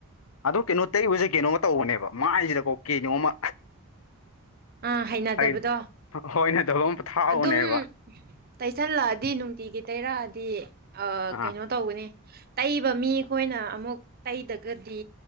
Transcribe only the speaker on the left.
ꯑꯗꯨ ꯀꯩꯅꯣ ꯇꯩꯕꯁꯦ ꯀꯩꯅꯣꯃ ꯇꯧꯕꯅꯦꯕ ꯃꯥꯏꯁꯤꯗꯀꯣ ꯀꯩꯅꯣꯝꯃ
ꯍꯥꯏ ꯍꯣꯏꯅꯗꯕ ꯑꯃ ꯊꯥꯎꯕꯅꯦꯕ
ꯑꯥ